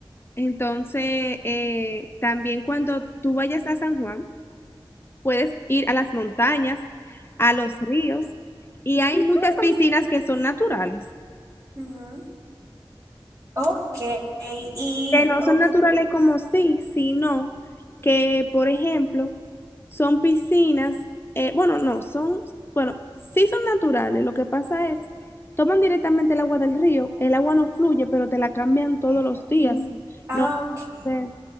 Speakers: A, on the left; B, on the right.
A: Entonces, eh, también cuando tú vayas a San Juan, puedes ir a las montañas, a los ríos, y hay muchas piscinas que son naturales,
B: Ujú. Ok, y
A: que no
B: ok,
A: son naturales como sí, sino que, por ejemplo, son piscinas, eh, bueno, no, son, bueno, sí son naturales, lo que pasa es, toman directamente el agua del río, el agua no fluye, pero te la cambian todos los días. Mm.
B: ah,
A: No
B: ok.
A: Ve,